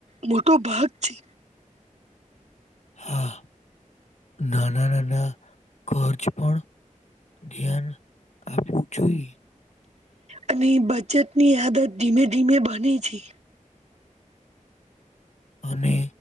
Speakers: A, on the right; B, on the left.
A: મોટો ભાગ છે.
B: હા નાના નાના કરર્ચ પણ પણ ધ્યાન આપવું જોઈએ.
A: અને બચત ની આદત ધીમે ધીમે બને છે.
B: અને